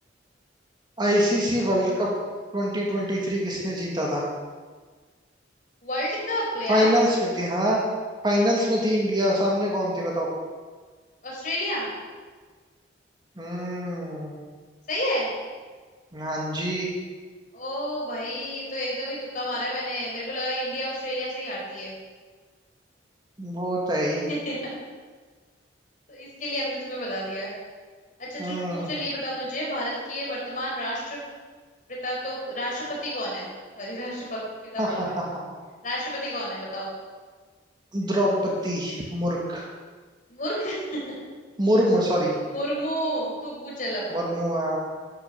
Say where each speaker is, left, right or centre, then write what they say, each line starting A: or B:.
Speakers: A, on the right; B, on the left.
A: आईसीसी वर्ल्ड कप 2023
B: हम्म
A: किसने जीता था
B: वर्ल्ड कप यार
A: फाइनल्स में थी हाँ फाइनल्स में थी इंडिया सामने कौन थी बताओ
B: ऑस्ट्रेलिया
A: हम्म
B: सही है
A: हाँ जी
B: ओ भाई ये तो एकदम ही तुक्का मारा है मैंने मेरे को लगा इंडिया ऑस्ट्रेलिया से ही हारती है
A: वो तो है ही
B: <laughs> तो इसके लिए हमने तुम्हें बता दिया अच्छा चुप
A: हम्म
B: तू चलिए बता मुझे भारत के वर्तमान राष्ट्रपिता तो राष्ट्रपति कौन है सॉरी <laughs> राष्ट्रपिता
A: <laughs>
B: बोल रही हूँ राष्ट्रपति कौन है बताओ
A: द्रौपदी मुर्ग
B: मूर्ख <laughs>
A: मुर्म सॉरी
B: मुर्मू तू पूछ चल अब
A: मुर्मुआ